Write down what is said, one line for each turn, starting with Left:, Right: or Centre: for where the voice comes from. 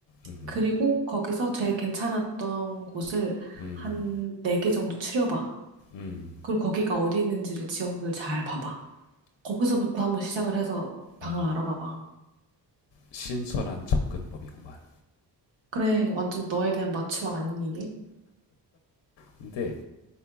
Left: 음,
Right: 그리고 거기서 제일 괜찮았던 곳을
Left: 음,
Right: 한 네 개 정도 추려봐.
Left: 음.
Right: 그리고 거기가 어디 있는지를 지역을 잘 봐봐. 거기서부터 한번 시작을 해서 방을
Left: 어,
Right: 알아봐봐.
Left: 신선한 접근법이구만.
Right: 그래, 완전 너에 대한 마취와 아니니, 이게?
Left: 근데